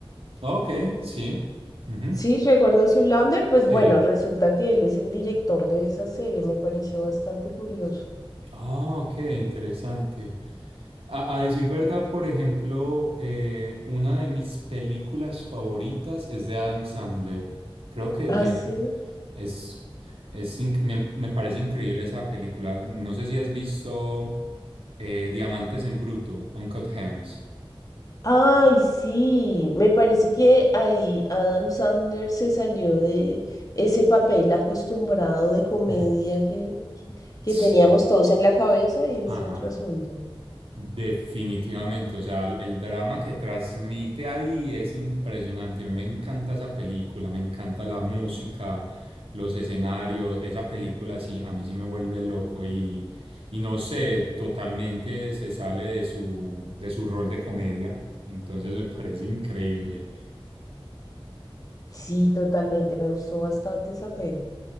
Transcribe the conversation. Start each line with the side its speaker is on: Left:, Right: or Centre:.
Right: Ok, sí. Ujú.
Left: Sí, ¿recuerdas Zoolander? Pues
Right: Sí.
Left: bueno, resulta que él es el director de esa serie, me pareció bastante curioso.
Right: Ah, ok, interesante. A, a decir verdad, por ejemplo, eh, una de mis películas favoritas es de Adam Sandler. Creo que
Left: Ah,
Right: diría
Left: sí.
Right: que es, es inc- me, me parece increíble esa película. No sé si has visto eh, Diamantes en Bruto, Uncut Gems.
Left: Ay, sí, me parece que ahí Adam Sandler se salió de ese papel acostumbrado de comedia
Right: Mm,
Left: que, que que
Right: Sí.
Left: teníamos todos en la cabeza y es
Right: Ajá.
Left: otro asunto.
Right: Definitivamente, o sea, el el drama que transmite ahí es impresionante. A mí me encanta esa película, me encanta la música, los escenarios. Esa película sí, a mí sí me vuelve loco y, y no sé, totalmente se sale de su, de su rol de comedia. Entonces me parece increíble.
Left: Sí, totalmente, me gustó bastante esa peli.